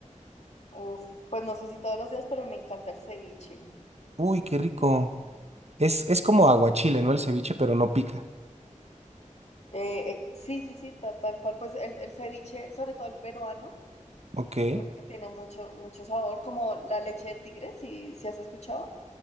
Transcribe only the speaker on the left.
Uf, pues no sé si todos los días, pero me encanta el ceviche.
Eh, eh, sí, sí, sí, ta- tal, cual, pues el, el ceviche, sobre todo el peruano,
que me parece que tiene mucho, mucho sabor, como la leche de tigre, si, si has escuchado.